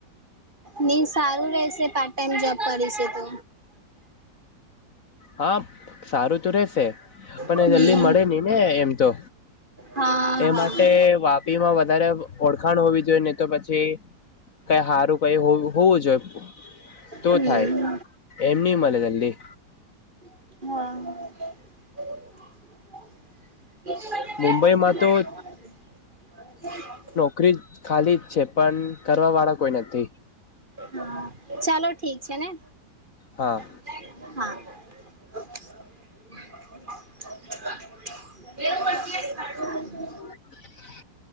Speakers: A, on the right; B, on the left.
A: મિન્સ સારું રહેશે પાર્ટ ટાઈમ જોબ કરીશે તો
B: હા સારું તો રેશે પણ
A: હમ્મ
B: જલ્દી મળે નહી ને એમ તો
A: હા
B: એ
A: હા.
B: માટે વાપીમાં વધારે ઓળખાણ હોવી જોઈએ ને તો પછી કઈ સારું કઈ હોવું જોઈએ તો
A: હમ્મ
B: થાય એમ નહી મળે જલ્દી
A: હ એ
B: મુંબઈમાં તો ફ્રીજ ખાલી જ છે પણ કરવાવાળા કોઈ નથી.
A: હા, ચાલો ઠીક છે ને.
B: હા
A: હા <inaudible>
B: <inaudible>